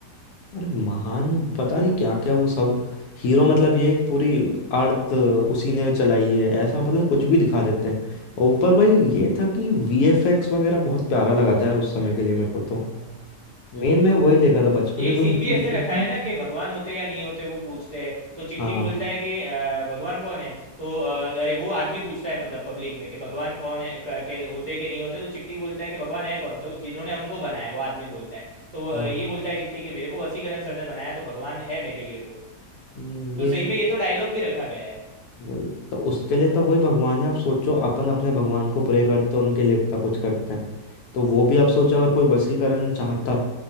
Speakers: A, on the left; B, on the right.
A: अरे महान पता नहीं क्या क्या वो सब हीरो मतलब ये एक पूरी अर्थ उसी ने चलाई है ऐसा पता नहीं कुछ भी दिखा देते हैं और ऊपर भाई ये था कि वीएफएक्स वगैरह बहुत प्यारा लगा था यार उस समय के लिए मेरे को तो
B: हाँ
A: मेन मैं वही देखा था बचपन में
B: एक सीन
A: जो movie
B: भी ऐसे
A: देखी
B: रखा
A: थी
B: है
A: ना,
B: ना कि भगवान होते या नहीं होते वो पूछते हैं तो चिट्टी
A: हाँ
B: बोलता है कि अ, भगवान कौन है तो अ, अरे वो आदमी पूछता है मतलब पब्लिक में कि भगवान कौन है क- के होते कि नहीं होते तो चिट्टी बोलता है कि भगवान है कौन तो जिन्होंने हमको बनाया वो आदमी बोलता है तो वो, अ,
A: हाँ
B: ये बोलता है चिट्टी कि मेरे को वसीकरण सर ने बनाया तो भगवान है मेरे लिए वो
A: नहीं,
B: तो
A: ये
B: सही में ये तो डायलॉग भी रखा गया है
A: वही तो उसके लिए तो वही भगवान है आप सोचो अपन अपने भगवान को प्रे करते हैं उनके लिए इतना कुछ करते हैं तो वो भी आप सोचो अगर कोई वशीकरण चाहता